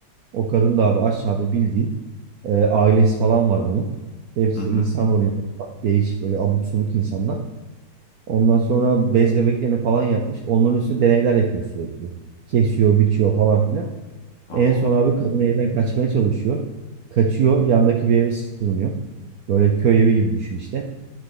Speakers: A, on the right (about 65°); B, on the left (about 50°).
A: O kadın da abi aşağıda bildiğin e, ailesi falan var bunun. Hepsi
B: Hı hı.
A: insan rolünde falan. değişik böyle abuk subuk insanlar. Ondan sonra bez bebeklerini falan yapmış. Onların üstüne deneyler yapıyor sürekli. Kesiyor, biçiyor falan filan.
B: Abo.
A: En son abi kadın evden kaçmaya çalışıyor. Kaçıyor, yandaki bir eve sığınıyor. Böyle köy evi gibi düşün işte.